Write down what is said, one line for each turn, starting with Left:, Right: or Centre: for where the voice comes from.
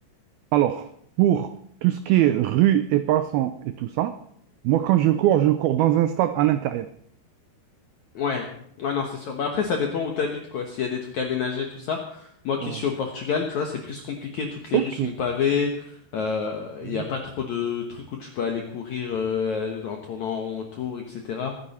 Right: alors, pour tout ce qui est rue et passants et tout ça, moi quand je cours, je cours dans un stade à l'intérieur.
Left: Ouais, ouais, non, c'est sûr. Bah après, ça dépend où t'habites, quoi. S'il y a des trucs aménagés, tout ça. Moi qui
Right: Voilà.
Left: suis au Portugal, tu vois, c'est plus compliqué. Toutes les
Right: Ok,
Left: rues sont pavées. Euh,
Right: Mhm.
Left: Il y n'y a pas trop de trucs où tu peux aller courir euh, en tournant en rond autour, etc.